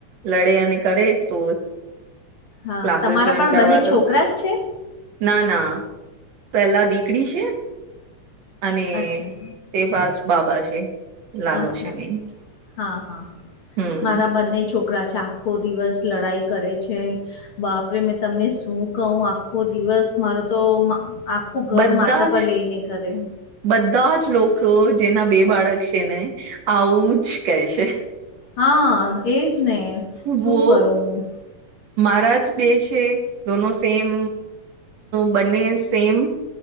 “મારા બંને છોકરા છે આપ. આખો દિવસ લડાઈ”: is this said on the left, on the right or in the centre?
Left